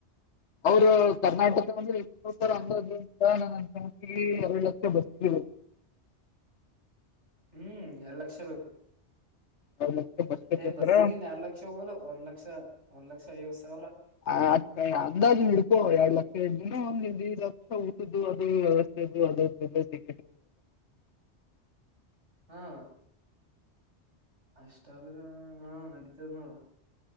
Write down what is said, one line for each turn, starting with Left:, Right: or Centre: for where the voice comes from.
Left: ಅವರು ಕರ್ನಾಟಕಂದ್ರೆ ಎ ಅಾಜ ನ ಅಂಕ ಎರಡು ಲಕ್ಷ ಬರ್ಿದ್ದ
Right: ಹ್ಮ್ ಎಲ್ಲ ಲಕ್ಷ ಬೇಕು
Left: ಎರಡು ಲಕ್ಷ ಬಸ್ಗೆ
Right: ಏ
Left: ಕೊಡ್ತಾರ
Right: ಬಸ್ಸಿಗೆನ್ ಎರಡು ಲಕ್ಷ ಹೋಗಲ್ಲ ಒಂದು ಲಕ್ಷ ಒಂದ ಲಕ್ಷ ಐದು ಸಾವಿರ
Left: ಹ ಅ ಅಂದಾಜು ಹಡ್ಕೋ ಎರಡ್ ಲಕ್ಷ ಎರಡು ದಿನ ಒಂದಡ್ ಲಕ್ಷ ಊಟದ್ದು ಅದು ಅ ಸಿ
Right: ಹಾ ಅಷ್ಟಾದ್ರೆ ಹಾ ನಡತದ ನೋಡ